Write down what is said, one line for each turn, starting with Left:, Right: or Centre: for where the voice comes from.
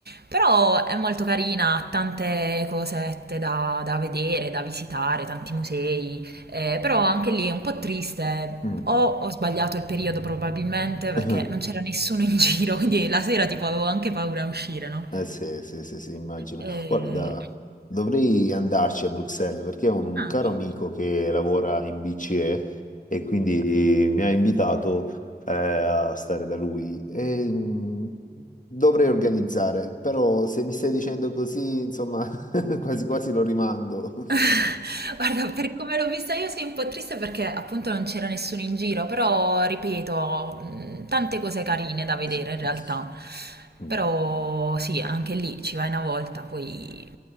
Right: però è molto carina, ha tante cosette da, da vedere, da visitare, tanti musei, eh, però anche lì è un po' triste.
Left: Mm.
Right: O ho sbagliato il periodo probabilmente perché
Left: <laughs>
Right: non c'era nessuno in <laughs> giro, quindi la sera tipo avevo anche paura a uscire, no?
Left: Eh sì, sì, sì, sì, immagino.
Right: Eh,
Left: Guarda, dovrei andarci a Bruxelles perché ho un, un
Right: ah.
Left: caro amico che lavora in BCE e e quindi mi ha invitato eh, a stare da lui. E, mh, dovrei organizzare, però se mi stai dicendo così, insomma, <laughs> quasi quasi lo rimando.
Right: <laughs> Guarda, per come l'ho vista io sei un po' triste perché appunto non c'era nessuno in giro, però ripeto, mh, tante cose carine da vedere
Left: <laughs>
Right: in realtà.
Left: Mm.
Right: Però sì, anche lì ci vai una volta, poi